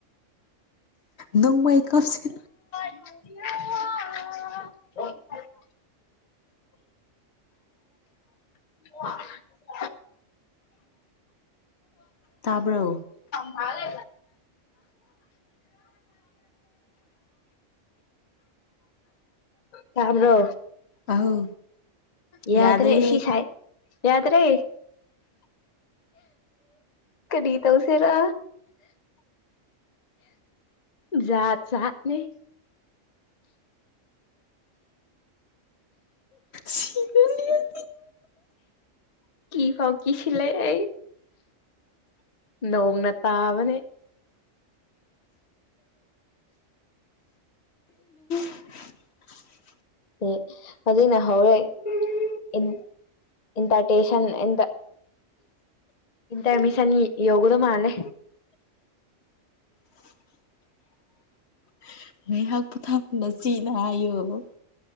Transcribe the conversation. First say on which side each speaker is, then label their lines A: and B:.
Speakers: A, on the left; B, on the left.
A: ꯅꯪ ꯃꯥꯏ ꯀꯞꯁꯤ
B: <inaudible> <inaudible>
A: ꯇꯥꯕ꯭ꯔꯣ
B: ꯃꯥꯔꯦ ꯇ ꯑꯃ꯭ꯔꯣ
A: ꯑꯧ
B: ꯌꯥꯗ꯭ꯔꯦ
A: ꯌꯥꯗꯦꯍꯦ
B: ꯁꯤꯤꯁꯥꯏ ꯌꯥꯗ꯭ꯔꯦ ꯀꯔꯤ ꯇ ꯎꯁꯦꯔꯥ ꯠ ꯁꯥꯠꯅꯦ
A: ꯁꯤꯔꯅꯤ ꯑꯩ
B: ꯀ ꯐꯥꯎꯀꯤ ꯁꯤꯦ ꯑꯩ ꯂꯣꯡꯅ ꯇꯥꯕꯅꯦ
A: <inaudible>
B: ꯑꯦ ꯑꯗꯨꯅ ꯍꯧꯋꯦ ꯏꯟ ꯏꯟꯇ ꯇꯦꯁꯟ ꯏ ꯏꯇꯔꯃꯤꯁꯅꯤ ꯌꯒꯗ ꯃꯥꯂꯦ
A: <inaudible> ꯉꯥꯏꯍꯥꯛ ꯄꯣꯊꯥꯄꯅ ꯁꯤꯤꯅ ꯍꯥꯏꯌꯣꯕ